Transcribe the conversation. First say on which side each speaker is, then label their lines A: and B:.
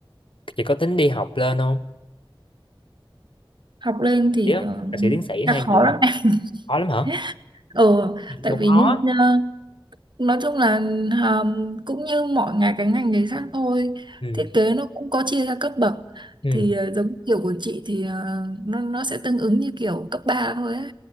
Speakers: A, on the left; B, on the right.
A: chị có tính đi học lên không
B: học lên thì
A: Dạ.
B: ờ,
A: thạc sĩ tiến sĩ
B: đã
A: hay
B: khó
A: gì
B: lắm
A: không
B: em
A: khó lắm hả
B: <laughs> ừ tại
A: không
B: vì
A: khó
B: như ờ, nói chung là ờ, cũng như mọi ngành cái ngành nghề khác thôi
A: ừ
B: thiết kế nó cũng có chia ra cấp bậc
A: ừ
B: thì ờ, giống kiểu của chị thì ờ, nó nó sẽ tương ứng như kiểu cấp 3 thôi ấy.